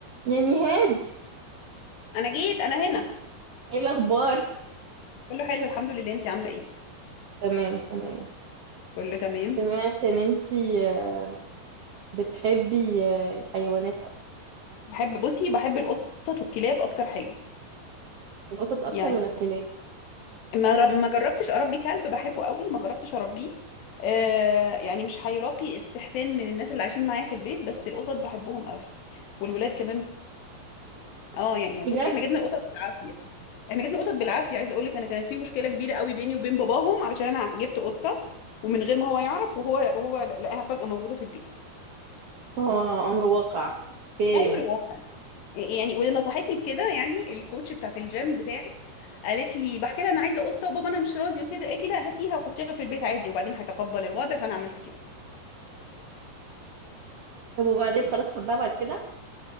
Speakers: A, on the right; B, on the left.
A: يا نهاد
B: انا جيت انا هنا
A: ايه الاخبار
B: كله حلو الحمد لله انتي عامله ايه
A: تمام تمام
B: كله تمام
A: سمعت ان انتي آه، بتحبي آه، الحيوانات أكتر.
B: بحب بصي بحب القطط والكلاب اكتر حاجه
A: القطط اكتر
B: يعني
A: ولا الكلاب
B: ما رب... ما جربتش اربي كلب بحبه قوي ما جربتش اربيه آه يعني مش هيلاقي استحسان من الناس اللي عايشين معايا في البيت بس القطط بحبهم قوي والولاد كمان اه يعني
A: بجد
B: بصي احنا جبنا القطط بالعافيه احنا جبنا القطط بالعافيه عايزه اقول لك انا كانت في مشكله كبيره قوي بيني وبين باباهم علشان انا جبت قطه ومن غير ما هو يعرف وهو هو لقاها فجاه موجوده في البيت
A: اه امر واقع اوكي
B: امر واقع يعني واللي نصحتني بكده يعني الكوتش بتاعت الجيم بتاعي قالت لي بحكي لها انا عايزه قطه وبابا انا مش راضي وكده قالت لي لا هاتيها وحطيها في البيت عادي وبعدين هيتقبل الوضع فانا عملت كده
A: طب وبعدين خلاص حبها بعد كده